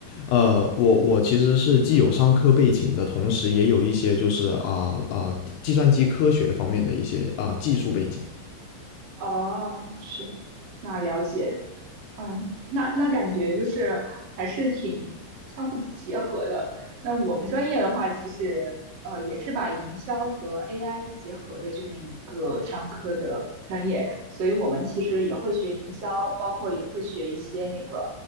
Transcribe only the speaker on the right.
哦，是，那了解，嗯，那那感觉就是还是挺相互结合的。那我们专业的话，其实呃也是把营销和 AI 结合的这么一个商科的专业，所以我们其实也会学营销，包括也会学一些那个